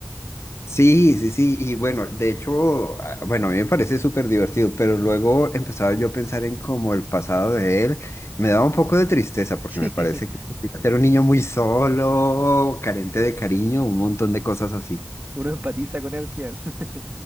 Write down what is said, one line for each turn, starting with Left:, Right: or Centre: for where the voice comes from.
Left: Sí, sí, sí, y bueno, de hecho, ah, bueno, a mí me parece súper divertido, pero luego empezaba yo a pensar en como el pasado de él, me daba un poco de tristeza porque
Right: <laughs>
Left: me parece
Right: Sí.
Left: que era un niño muy solo, carente de cariño, un montón de cosas así.
Right: Uno empatiza con él al final. <laughs>